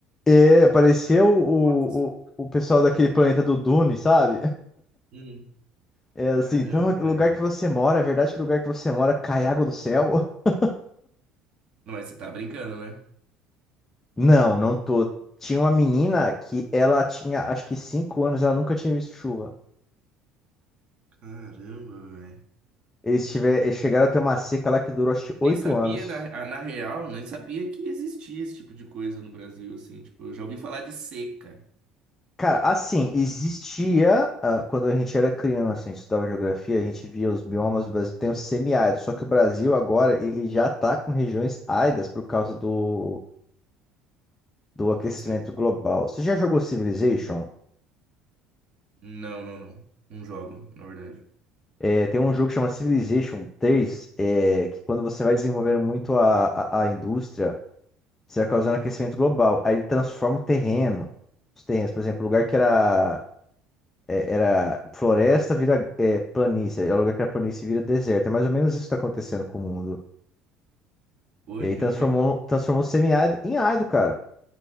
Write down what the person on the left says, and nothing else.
É, parecia o,
o, o pessoal daquele planeta do Dune, sabe?
É assim,
então
o lugar que você mora, é verdade que o lugar que você mora cai água do céu? <laughs>
Não, não tô. Tinha uma menina que ela tinha acho que cinco anos, ela nunca tinha visto chuva.
Eles, tiver, eles chegaram a ter uma seca lá que durou acho que oito
anos.
Cara, assim, existia, ah, quando a gente era criança, a gente estudava geografia, a gente via os biomas do Brasil, tem o semiárido, só que o Brasil agora, ele já tá com regiões áridas por causa do, do aquecimento
global.
Você já jogou Civilization?
É, tem um jogo que chama Civilization três é, que quando você vai desenvolvendo muito a, a, a indústria, você vai causando aquecimento global, aí ele transforma o terreno, os terrenos, por exemplo, o lugar
que era é, era floresta vira é, planície, é o lugar que era planície vira deserto. É mais ou menos isso que tá acontecendo com o mundo.
E
aí transformou, transformou semi-árido em árido, cara.